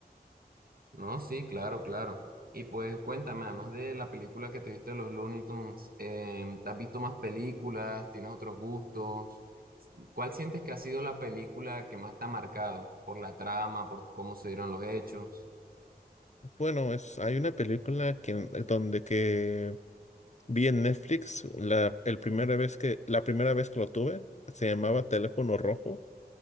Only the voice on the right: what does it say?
No, sí, claro, claro. Y pues cuéntame, además de la película que te viste de los Looney Tunes, em, ¿te has visto más películas? ¿Tienes otros gustos? ¿Cuál sientes que ha sido la película que más te ha marcado? ¿Por la trama, por cómo se dieron los hechos?